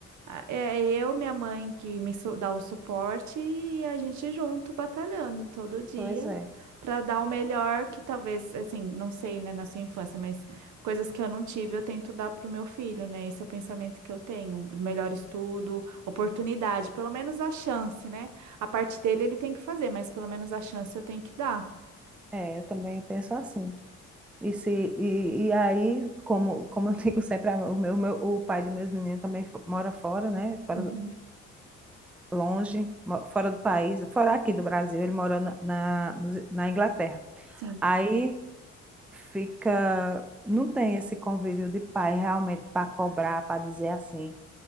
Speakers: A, on the right; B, in the centre.
A: a- é eu, minha mãe, que me su- dá o suporte e a gente junto batalhando todo dia
B: Pois é.
A: para dar o melhor que talvez, assim, não sei, né, na sua infância, mas coisas que eu não tive, eu tento dar pro meu filho, né? Esse é o pensamento que eu tenho, o melhor estudo, oportunidade, pelo menos a chance, né? A parte dele ele tem que fazer, mas pelo menos a chance eu tenho que dar.
B: É, eu também penso assim. E, se, e, e aí, como, como eu digo sempre, a- o meu, meu- o pai dos meus meninos também fo- mora fora, né? Fora,
A: Uhum.
B: longe, mo- fora do país, fora aqui do Brasil, ele mora na, na, nos- na Inglaterra.
A: Sim.
B: Aí fica, não tem esse convívio de pai realmente para cobrar, para dizer assim,